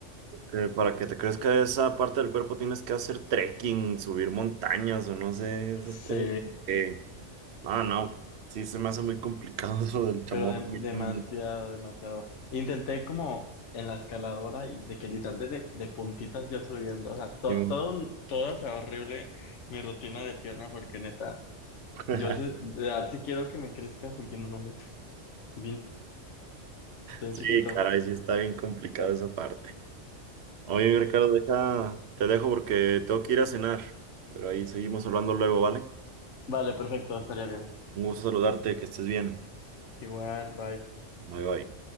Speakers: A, on the right; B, on the left.
A: eh, para que te crezca esa parte del cuerpo tienes que hacer trekking, subir montañas o no sé, esas
B: Sí,
A: cosas. porque No, no, sí se me hace muy complicado <laughs> eso del chamorro
B: pero de-
A: a mí
B: demasiado,
A: también.
B: demasiado. Intenté como en la escaladora y de que literal de, de puntitas yo subiendo, o sea, to-
A: Sí,
B: todo, un- todo, o sea, horrible mi rutina de pierna porque neta.
A: <laughs>
B: Yo sé- ya te quiero que me crezca porque no mames. Bien, tan
A: sí,
B: chiquito.
A: caray, sí está bien complicado esa parte. Oye, Ricardo, deja, te dejo porque tengo que ir a cenar, pero ahí seguimos hablando luego, ¿vale?
B: Vale, perfecto, estaría bien.
A: Un gusto saludarte, que estés bien.
B: Igual, bye.
A: Bye bye.